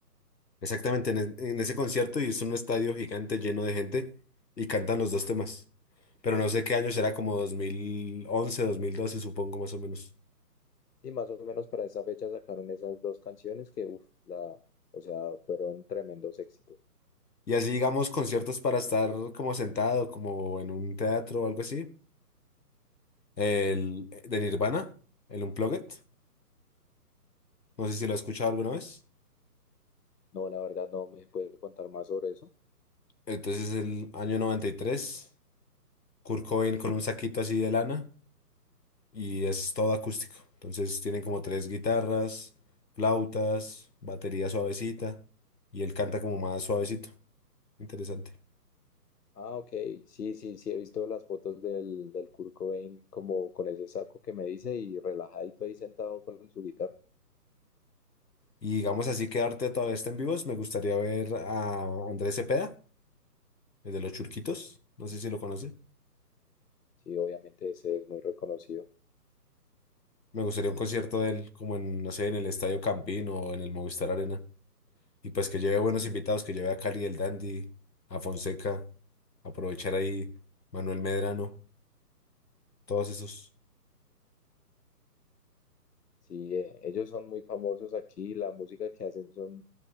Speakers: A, on the left; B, on the left.
A: Exactamente, en, en ese concierto y es un estadio gigante lleno de gente y cantan los dos temas. Pero no sé qué año será, como 2011, 2012 supongo más o menos.
B: Sí, más o menos para esa fecha sacaron esas dos canciones que, uff, la, o sea, fueron tremendos éxitos.
A: Y así digamos conciertos para estar como sentado, como en un teatro o algo así. el de Nirvana, el Unplugged. No sé si lo has escuchado alguna vez.
B: No, la verdad no me puede contar más sobre eso.
A: Entonces el año 93 Kurt Cobain con un saquito así de lana y es todo acústico. Entonces tienen como tres guitarras, flautas, batería suavecita y él canta como más suavecito. Interesante.
B: Ah, ok. Sí, sí, sí, he visto las fotos del, del Kurt Cobain como con ese saco que me dice y relajadito ahí sentado con su guitarra.
A: Y digamos así que Arte todavía está en vivos. Me gustaría ver a Andrés Cepeda, el de los Churquitos. No sé si lo conoce.
B: Sí, obviamente ese es muy reconocido.
A: Me gustaría un concierto de él como en, no sé, en el Estadio Campín o en el Movistar Arena. Y pues que lleve buenos invitados, que lleve a Cali el Dandy, a Fonseca, aprovechar ahí Manuel Medrano, todos esos.
B: Sí, eh, ellos son muy famosos aquí. La música que hacen son,